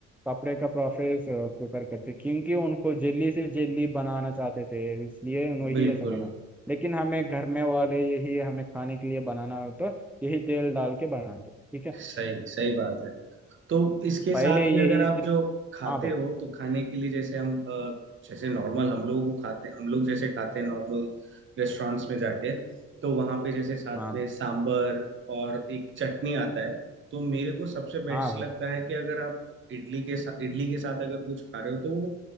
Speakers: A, in the centre; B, on the right.
A: कपड़े का प्रोसेस प्रेफर करते क्योंकि उनको जेली से जेली बनाना चाहते थे इसलिए वही
B: बिल्कुल
A: ऐसा बना लेकिन हमें घर में वाले यही हमें खाने के लिए बनाना हो तो यही तेल डाल के बनाते ठीक है
B: सही सही बात है तो इसके
A: पहले
B: साथ
A: यही
B: भी अगर आप
A: त्रि-
B: जो खाते
A: हाँ भाई
B: हो तो खाने के लिए जैसे हम अ, जैसे नॉर्मल हम लोगों को खाते हम लोग जैसे खाते हैं नॉर्मल रेस्टोरेंट्स में जाके तो वहाँ पे जैसे साथ
A: हाँ
B: में सांबर और एक चटनी आता है तो मेरे को सबसे बेस्ट
A: हाँ भाई
B: लगता है कि अगर आप इडली के साथ इडली के साथ अगर कुछ खा रहे हो तो वो